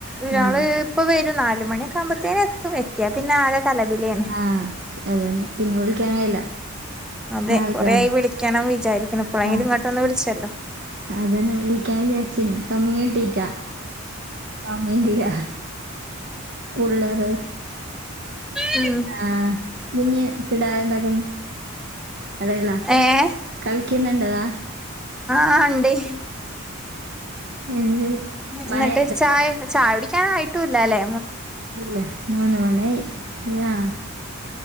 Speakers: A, in the centre; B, on the right.
A: ഒരാള്
B: ആഹ്
A: ഇപ്പൊ വരും നാല് മണിയൊക്കെ ആകുമ്പഴ്ത്തേന് എ ത്തും. എത്തിയാ പിന്നെ ആകെ കലപിലേണ്
B: ആഹ് അതന്നെ പിന്നെ വിളിക്കാൻ കയില്ല
A: അതെ
B: നാളെതാണ്
A: കൊറെ ആയി വിളിക്കണം വിചാരിക്ണു. ഇപ്പളെങ്കിലും
B: ആഹ്
A: ഇങ്ങട്ടൊന്ന് വിളിച്ചല്ലോ
B: അതന്നെ വിളിക്കാൻ വിചാരിച്ചെന് സമയം കിട്ടീട്ടാ സമയില്ല പുള്ളറ്
A: അമ്മേ
B: ആഹ് കുഞ്ഞ് കിടാവെന്താക്ന്ന്? എടേ ഇള്ള
A: ഏഹ്
B: കൾക്ക്യ്ന്നുണ്ടതാ
A: ആഹ് ഇണ്ടേ
B: എന്ത് മഴയുണ്ടോ
A: ഇന്നട്ട് ചായെ, ചായ കുടിക്കാനായിട്ടൂല്ലാല്ലെ
B: ഇല്ല മൂന്ന് മണി ആയി. ആഹ്